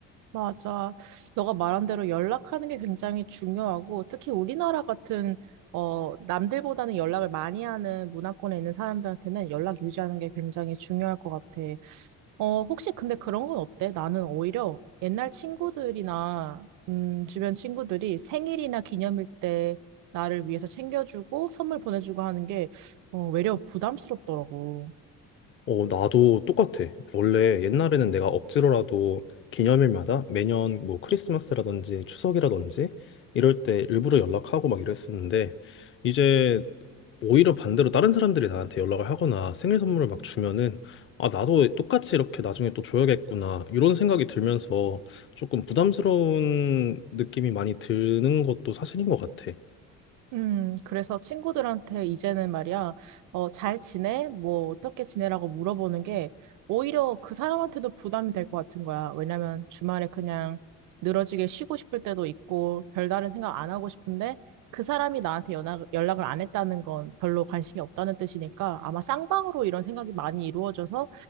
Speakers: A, on the right; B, on the left.
A: 맞아. 너가 말한 대로 연락하는 게 굉장히 중요하고, 특히 우리나라 같은, 어, 남들보다는 연락을 많이 하는 문화권에 있는 사람들한테는 연락 유지하는 게 굉장히 중요할 것 같아. 어, 혹시 근데 그런 건 어때? 나는 오히려 옛날 친구들이나, 음, 주변 친구들이 생일이나 기념일 때 나를 위해서 챙겨주고 선물 보내주고 하는 게, 어, 외려 부담스럽더라고.
B: 어, 나도 똑같아. 원래 옛날에는 내가 억지로라도 기념일마다 매년 뭐 크리스마스라든지 추석이라든지 이럴 때 일부러 연락하고 막 이랬었는데 이제 오히려 반대로 다른 사람들이 나한테 연락을 하거나 생일 선물을 막 주면은 아, 나도 똑같이 이렇게 나중에 또 줘야겠구나 이런 생각이 들면서 조금 부담스러운 느낌이 많이 드는 것도 사실인 것 같아.
A: 음, 그래서 친구들한테 이제는 말이야, 어, 잘 지내? 뭐, 어떻게 지내라고 물어보는 게 오히려 그 사람한테도 부담이 될 것 같은 거야. 왜냐면 주말에 그냥 늘어지게 쉬고 싶을 때도 있고, 별다른 생각 안 하고 싶은데 그 사람이 나한테 연락, 연락을 안 했다는 건 별로 관심이 없다는 뜻이니까 아마 쌍방으로 이런 생각이 많이 이루어져서